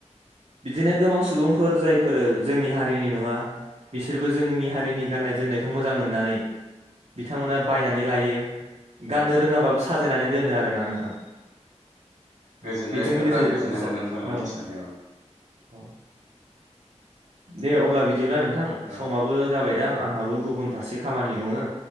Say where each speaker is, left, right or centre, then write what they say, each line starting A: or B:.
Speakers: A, on the right; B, on the right.
A: बिदिनो गोबां सम सुबुंफोर जायफोरो जोंनि हारिनि नङा बिसोरबो जोंनि हारिनि गाननाय जोमनायखौ मोजां मोननानै बिथांमोना बायनानै लायो गाननो
B: नोंथां
A: रोङाबाबो साजायनानै दोनो आरोना नोंथां
B: गोजोननाय
A: बेजों लोगोसे
B: बिराद गोजोननाय
A: जा
B: मोनदों नोंथां
A: औ
B: मिथिनानै
A: औ दे
B: दा
A: अब्ला बिदिब्ला नोंथां
B: औ
A: समाबो जाबा दां आंहाबो गुबुन फारसे खामानि दङो